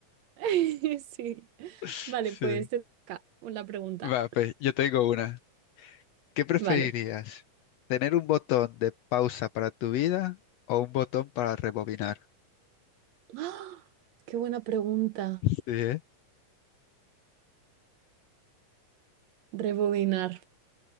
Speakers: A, on the right; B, on the left.
A: Sí.
B: <laughs>
A: Vale,
B: Sí.
A: pues te toca una pregunta.
B: Va, pues yo tengo una. ¿Qué preferirías?
A: Vale.
B: ¿Tener un botón de pausa para tu vida o un botón para rebobinar?
A: ¡Ah! ¡Qué buena pregunta!
B: Sí, ¿eh?
A: Rebobinar,